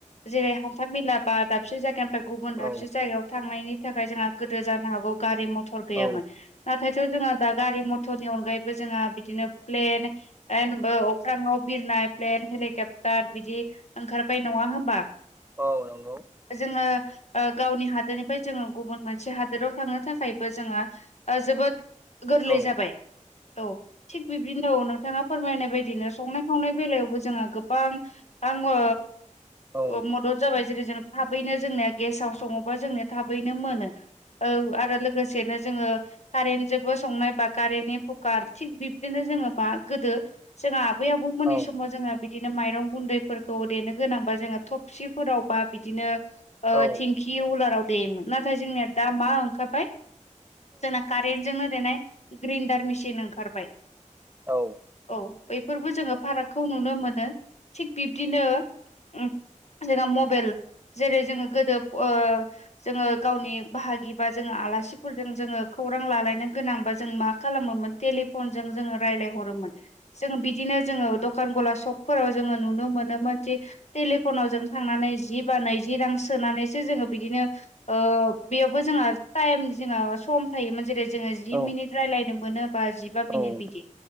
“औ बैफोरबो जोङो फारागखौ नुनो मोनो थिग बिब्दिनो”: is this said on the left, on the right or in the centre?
Left